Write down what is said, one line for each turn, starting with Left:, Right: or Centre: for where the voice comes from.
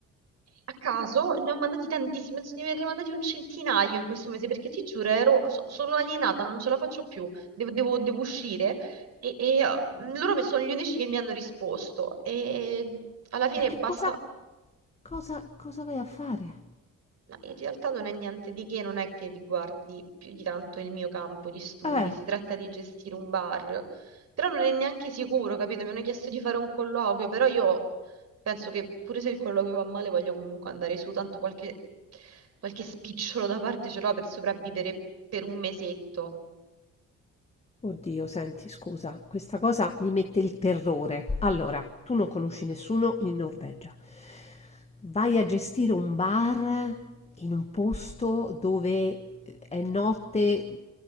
Right: a caso, ne ho mandati tantissimi, penso di averne mandati un centinaio in questo mese, perché ti giuro, ero- so- sono alienata, non ce la faccio più, devo, devo- devo uscire. E, e, eh, loro mi- sono gli unici che mi hanno risposto. E alla fine
Left: E che
Right: basta,
Left: cosa, cosa- cosa vai a fare?
Right: ma in realtà non è niente di che, non è che riguardi più di tanto il mio campo di studi,
Left: Eh,
Right: si tratta di gestire un bar, però non è neanche sicuro, capito? Mi hanno chiesto di fare un colloquio, però io penso che pure se il colloquio va male voglio comunque andare su, tanto qualche, qualche spicciolo da parte ce l'ho per sopravvivere per un mesetto.
Left: Oddio, senti, scusa, questa cosa mi mette il terrore. Allora, tu non conosci nessuno in Norvegia. Vai a gestire un bar in un posto dove eh, è notte